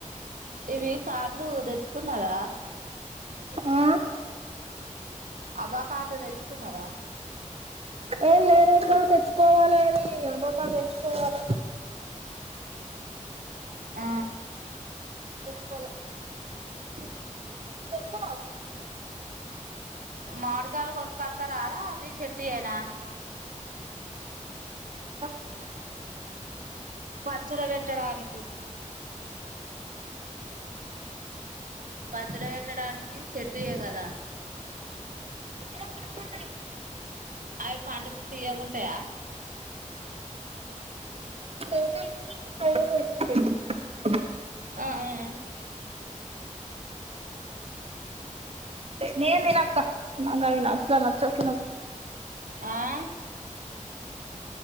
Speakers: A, on the right; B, on the right.
A: ఇవి కార్లు తెచ్చుకున్నారా
B: ఆ
A: అబా కాట్లు తెచ్చుకున్నారా
B: ఏం లేదక తెచ్చుకోవాలిని అబకా తెచ్చుకోవాలి
A: ఆ
B: కోలె
A: అ
B: నువ్వు తెలుసుకున్నావా
A: మాడి కాలు కొనుకోతరారా మీ చెట్టీ ఏనా
B: పో
A: పచ్చడి పెట్టడానికి పచ్చడ పెట్టడానికి చెట్టుయే కదా
B: పచ్చడ కి సరిపోత
A: అవి పండితే తీయకుంటాయా
B: ఏంటిది లూజ్ <unintelligible>
A: ఆ ఆ
B: నేను తినక్క నాకు అవ్వీ అసలు నచ్చవ్
A: ఆ